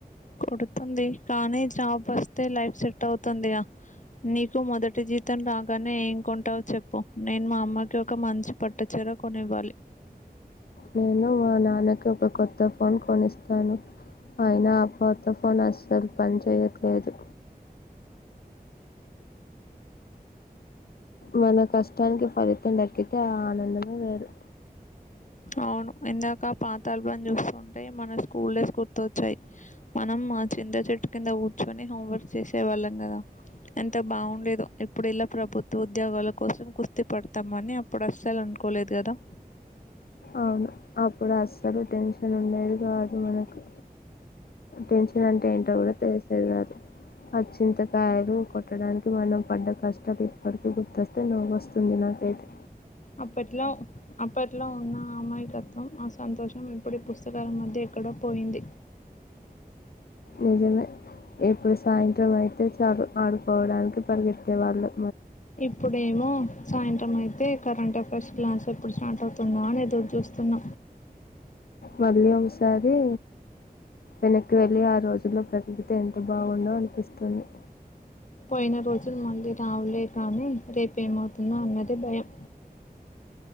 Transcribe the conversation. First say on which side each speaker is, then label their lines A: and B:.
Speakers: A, on the left; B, on the left.
A: కొడుతుంది కానీ జాబ్ వస్తే లైఫ్ సెట్ అవుతుందియా నీకు మొదటి జీతం రాగానే ఏం కొంటావుో చెప్పు నేను మా అమ్మకి ఒక మంచి పటు చీర కొనివ్వాలి
B: నేను మా నాన్నకి ఒక కొత్త ఫోన్ కొనిస్తాను ఆయిన ఆ కొత్త ఫోన్ అస్సలు పని చేయట్లేదు మన కష్టానికి ఫలితం దక్కితే ఆ ఆనందమే వేరు
A: అవును ఇందాక పాత ఆల్బమ్ చూసుంట అ మన స్కూల్ డేస్ గుర్తొ వచ్చాయి మనం చింద చెట్టు కింద కూర్చొని హోంవర్క్ చేసేవాళ్ళం కదా ఎంత బాగుండేదు ఇప్పుడు ఇలా ప్రభుత్వ ఉద్యోగాల కోసం కుస్తీ పడతాం అని అప్పుడు అసలు అనుకోలేదు కదా
B: అవును అప్పుడు అసలు టెన్షన్ ఉండేది కాదు మనకు టెన్షన్ అంటే ఏంటో కూడా తెలిసేది కాదు ఆ చింతకాయలు కొట్టడానికి మనం పడ్డ కష్టలు ఇప్పడికీ గుర్తొస్తే నవ్వు వస్తది నాకైతే
A: అప్పట్లో అప్పట్లో ఉన్నా అమ్మాయి తత్వం ఆ సంతోషం ఇప్పుడు ఈ పుస్తకాల మధ్య ఎక్కడో పోయింది
B: నిజమే ఇప్పుడు సాయంత్రం అయితే చాలు ఆడుకోవడానికి పరిగెత్తే వాళ్ళం
A: ఇప్పుడేమో సాయంత్రం అయితే కరెంట్ అఫైర్స్ ప్లాన్స్ ఎప్పుడు స్టార్ట్ అవుతుందా అని ఎదురుచూస్తున్న
B: మళ్లీ ఒకసారి వెనక్కి వెళ్ళి ఆ రోజుల్లో బ్రతికితే ఎంత బాగుండో అనిపిస్తుంది
A: పోయిన రోజులు మళ్ళీ రావలే కానీ రేపే ఏం ఆవుతుందో అన్నది భయం